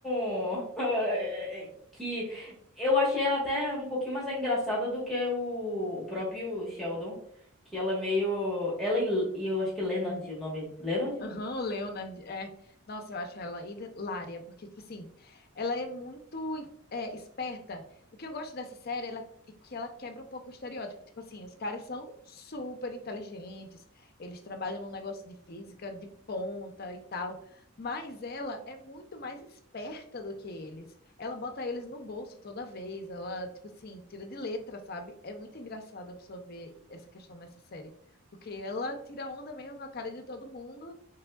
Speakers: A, in the centre; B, on the left.
A: <laughs> que eu achei ela até um pouquinho mais engraçada do que o, o próprio Sheldon, que ela é meio. Ela e, e eu acho que Leonard, o nome. Leonard?
B: Aham, o Leonard, é. Nossa, eu acho ela hilária, porque, tipo assim, ela é muito é, esperta. O que eu gosto dessa série ela, é que ela quebra um pouco o estereótipo. Tipo assim, os caras são super inteligentes, eles trabalham num negócio de física de ponta e tal, mas ela é muito mais esperta do que eles. Ela bota eles no bolso toda vez, ela, tipo assim, tira de letra, sabe? É muito engraçado a pessoa ver essa questão nessa série, porque ela tira onda mesmo com a cara de todo mundo.